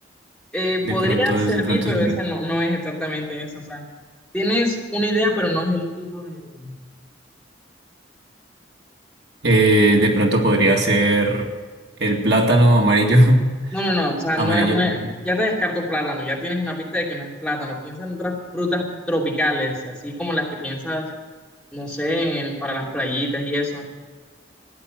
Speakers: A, in the centre; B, on the right.
A: Eh, podría
B: de pronto,
A: servir,
B: es- de pronto,
A: pero
B: es-
A: ese no, no es exactamente eso. O sea, tienes una idea, pero no es el tipo de...
B: eh, de pronto podría ser el plátano amarillo. <laughs>
A: No, no, no. O sea,
B: Amarillo,
A: no es- no
B: por-
A: es- ya te descarto plátano. Ya tienes una pista de que no es plátano. Piensa en otras frutas tropicales, así como las que piensas, no sé, en- para las playitas y eso.